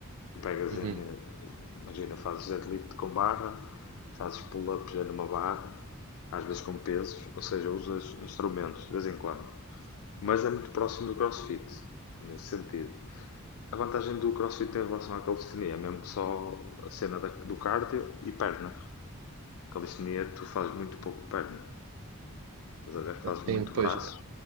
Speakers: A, on the left; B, on the right.
A: Pegas
B: Uhum.
A: em, eh, imagina, fazes deadlift com barra, fazes pull-up já numa barra, às vezes com pesos, ou seja, usas instrumentos de vez em quando. Mas é muito próximo do CrossFit, nesse sentido. A vantagem do CrossFit em relação à calistenia é mesmo só a cena da- do cardio e pernas. Calistenia, tu fazes muito pouco perna. Estás a ver? Fazes
B: Sim,
A: muito braço
B: pois